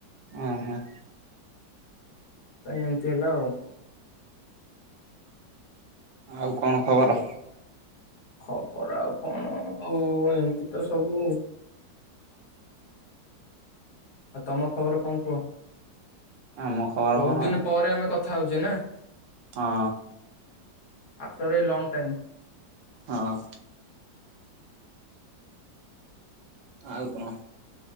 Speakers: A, on the right; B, on the left.
A: ଓ ହୋ
B: ଏମିତି ହେଲା ଆଉ
A: ଆଉ କଣ ଖବର?
B: ଖବର ଆଉ କଣ ଆଉ ଏମତି ତ ସବୁ ଆଉ ତମ ଖବର କଣ କୁହ?
A: ଆମ ଖବର
B: ବହୁତ
A: କଣ
B: ଦିନ ପରେ ଆମେ କଥା ଥାଉଜେ <unintelligible> ନାଁ
A: ହଁ
B: ଆଫଟର ଏ ଲଙ୍ଗ ଟାଇମ୍
A: ହଁ ଆଉ କଣ?